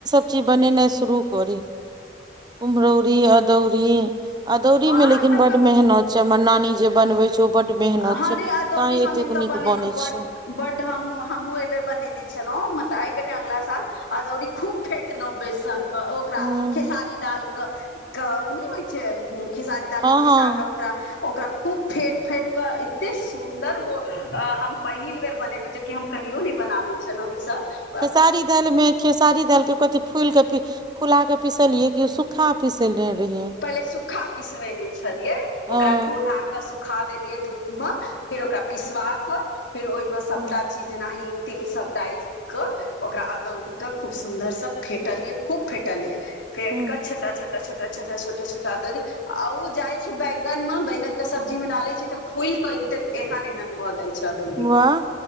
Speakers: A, on the right; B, on the left.
A: सभ चीज बनेनाइ शुरू करी, कुम्हरौरी अदौरी- अदौरीमे
B: अहाँ
A: लेकिन
B: सबके
A: बड्ड मेहनत छै, हमर नानी जे बनबै छै ओ बड्ड- बड्ड मेहनत
B: हँ
A: छै
B: रे अदौरी
A: तैॅं
B: हम
A: एतेक
B: एतय
A: नीक
B: बनेलहुँ
A: बनै
B: बड
A: छै।
B: बड हमहूँ, हमहूँ अय बेर बनेने छलहुँ, मतलब अयबेर नइॅं अगिला साल अदौरी खूब- फेटलहूँ बेसन तॅं ओकरा
A: ह
B: खेसारी दाल- कऽ ओ नहि होइ छै, खेसारी दालके
A: हँ
B: पिसा
A: हँ
B: कऽ ओकरा, ओकरा खूब फेट-फेट- एतेक सुन्दर हम पहिल बेर बनेलहुॅं जे कि हम कहियो नहि बनाबैत छलहुँ ई सभ-
A: खेसारी दालि मे खेसारी दालिके कथि फूइलि के फुला कऽ पिसलियै कि सुख कहा पिसेने रहिये
B: पहिले सुखा पीसबेने छलियै
A: हँ
B: ओकरा धो धा कऽ सुख खा देलियै धूप मे फेर ओकरा पिसवा के फेर ओहिमे सभटा
A: ह
B: जेना हिंग तिंग सभ डाइल कऽ ओकरा अदौरी खूब सुन्दर से फेटलयै खूब फेटलये फेट
A: ह
B: कऽ छोटा छोटा छोटा छोटा छोटा अदौरी। आ ओ जाय छै बैगन मे बैगन के सब्जी मे डाले छी तऽ फूल के एते एहन एहन भऽ जाय छै अदौरी
A: वाह